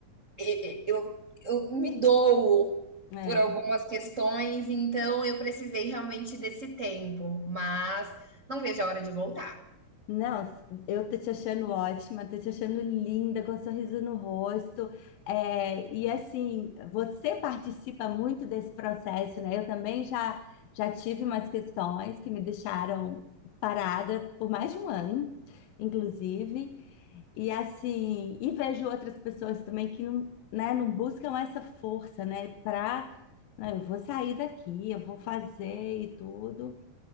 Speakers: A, on the right; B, on the left.
A: e e eu eu me dou
B: É.
A: por algumas questões, então eu precisei realmente desse tempo, mas não vejo a hora de voltar.
B: Não, assim, eu tô te achando ótima, tô te achando linda, com um sorriso no rosto. É, e assim, você participa muito desse processo, né? Eu também já já tive umas questões que me deixaram parada por mais de um ano, inclusive. E assim, e vejo outras pessoas também que não, né, não buscam essa força, né, para eu vou sair daqui, eu vou fazer e tudo.